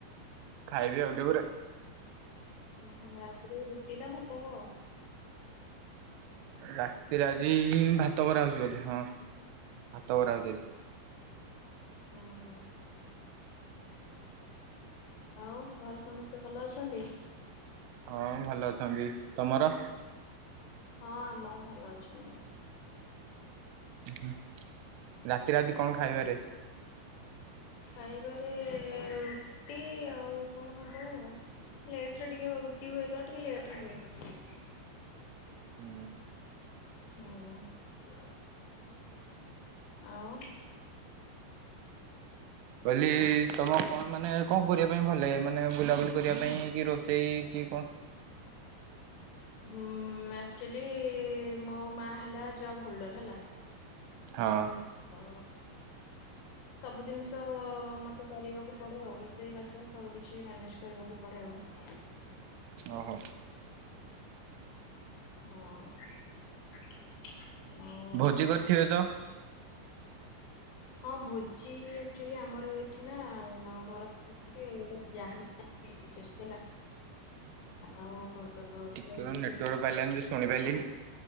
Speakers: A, on the right (about 80°); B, on the left (about 75°).
A: ଖାଇବି ଆଉେ ଟିକେ ପରେ।
B: ଓହୋ ରାତିରେ ରୁଟି ନା ଭାତ ଖାଅ।
A: ରାତିରେ ଆଜି ଭାତ କରାହଉଛି ବୋଧେ ହଁ ଭାତ କରାହଉଛି ଆଜି।
B: ହଁ ହଁ ଆଉ ଘରେ ସମସ୍ତେ ଭଲ ଅଛନ୍ତି।
A: ହଁ ଭଲ ଅଛନ୍ତି ତମର?
B: ହଁ ଆମର ଭଲ ଅଛନ୍ତି।
A: ଉଁ ହୁଁ, ରାତିରେ ଆଜି କଣ ଖାଇବାରେ?
B: ଖାଇବାରେ ରୁଟି ଆଉ କଣ ହବ। ଲେଟ୍ ରେ ଟିକେ ରୁଟି ହୁଏ ତ, ଟିକେ ଲେଟ୍ ରେ ହୁଏ।
A: ହୁଁ।
B: ହୁଁ। ଆଉ
A: କହିଲି ତମ କଣ ମାନେ କଣ କରିବା ପାଇଁ ଭଲ ଲାଗେ? ମାନେ ବୁଲାବୁଲି କରିବା ପାଇଁ କି ରୋଷେଇ କି କଣ?
B: ଉଁ ଆକ୍ଚୁଆଲି ମୋ ମା ହେଲା ଜବ୍ ହୋଲ୍ଡର ହେଲା
A: ହଁ
B: ତଉ ହ ସବୁ ଦିନ୍ଷ ମୋତେ କରିବାକୁ ପଡ଼େ ଆଉ, ରୋଷେଇ ବାସ ସବୁ କିିଛି ମ୍ୟାନେଜ୍ କରିବାକୁ ପଡ଼େ ଆଉ।
A: ଓହୋ।
B: ହଁ। ଆଉ
A: ଭୋଜି କରିଥିବେ ତ?
B: ହଁ ଭୋଜି ଆକ୍ଚୁଆଲି ଆମର ଏଠି ନା ଘର ପାଖରେ ଗୋଟେ ଯାହା ହେଇଚି ହେଲା। ଆଉ <unintelligible>
A: ଟିକେ ନେଟୱାର୍କ ପାଇଲାନି ଯେ ଶୁଣି ପାଇଲିନି।